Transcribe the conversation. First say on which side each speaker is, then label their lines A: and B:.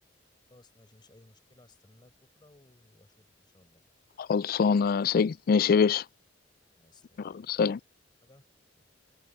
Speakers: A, on the left (about 25°); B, on the left (about 50°).
A: خلاص ماشي مفيش أي مشكلة هستناك بكرة وأشوفك إن شاء الله
B: خلصانة يا سيد ماشي يا باشا
A: مع السلامة
B: يلا،
A: يلا
B: سلام
A: عايز حاجة سلام